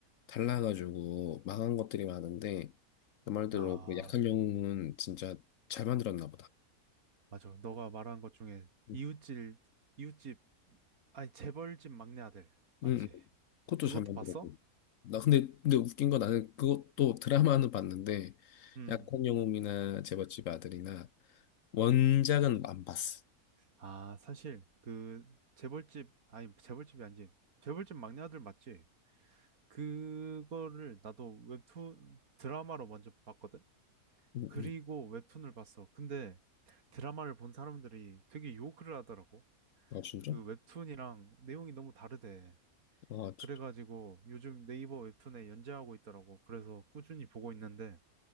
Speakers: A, on the left; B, on the right.
A: 달라가지고 망한 것들이 많은데 너 말대로
B: 아
A: 그 약한 영웅은 진짜 잘 만들었나 보다.
B: 맞아. 너가 말한 것 중에
A: 응,
B: 이웃집 이웃집 아니 재벌집 막내 아들 맞지?
A: 응, 그것도
B: 그것도
A: 잘 만들었고.
B: 봤어?
A: 나 근데 근데 웃긴 건 나는 그것도 드라마는 봤는데
B: 음.
A: 약혼 영웅이나 제멋집 아들이나 원작은 안 봤어.
B: 아 사실 그 재벌집 아니 재벌집이 아니지 재벌집 막내 아들 맞지? 그거를 나도 웹툰 드라마로 먼저 봤거든.
A: 응,
B: 그리고
A: 음.
B: 웹툰을 봤어. 근데 드라마를 본 사람들이 되게 욕을 하더라고.
A: 아 진짜?
B: 그 웹툰이랑 내용이 너무 다르대.
A: 아,
B: 그래가지고
A: 진-
B: 요즘 네이버 웹툰에 연재하고 있더라고. 그래서 꾸준히 보고 있는데